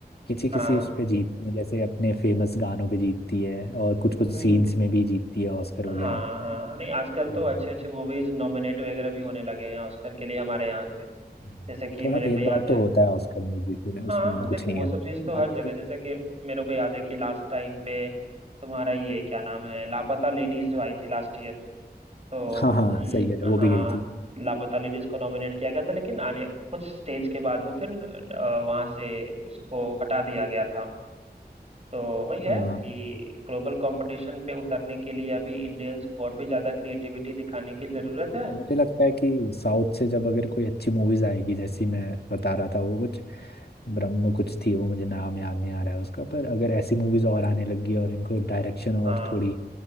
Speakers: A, on the left; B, on the right.
A: किसी किसी
B: हाँ
A: उस पे जीतती है जैसे अपने फेमस गानों पे जीतती है और कुछ कुछ
B: हम्म
A: सीन्स में भी जीतती है ऑस्कर
B: हाँ
A: वगैरह
B: हाँ नहीं आजकल
A: हम्म,
B: तो अच्छे अच्छे मूवीज नॉमिनेट वगैरह भी होने लगे हैं ऑस्कर के लिए हमारे यहाँ से
A: हम्म।
B: जैसे कि
A: थोड़ा
B: मेरे
A: भेदभाव
B: को याद है
A: तो होता है ऑस्कर में भी फिर
B: हाँ
A: उसमें हम कुछ
B: देखो
A: नहीं
B: वो
A: कह
B: सब
A: सकते
B: चीज तो
A: बाकी
B: हर जगह
A: तो
B: जैसे कि मेरे को याद है कि लास्ट टाइम पे तुम्हारा ये क्या नाम है लापता लेडीज आई थी लास्ट ईयर तो
A: हाँ हाँ
B: ल-
A: सही कह रहे हो, वो
B: हाँ
A: भी गई थी
B: लापता लेडीज को नॉमिनेट किया गया था लेकिन आने कुछ स्टेज के बाद वो फिर वहां से उसको हटा दिया गया था तो वही है
A: हाँ
B: कि ग्लोबल कंपटीशन पे उतरने के लिए अभी इंडियंस को और भी ज्यादा क्रिएटिविटी दिखाने की जरूरत है
A: मुझे लगता है कि साउथ से जब अगर कोई अच्छी मूवीज आएगी जैसी मैं बता रहा था वो कुछ ब्रह्म कुछ थी वो मुझे नाम याद नहीं आ रहा है उसका पर अगर ऐसी मूवीज और आने लगी और इनको डायरेक्शन और
B: हाँ
A: थोड़ी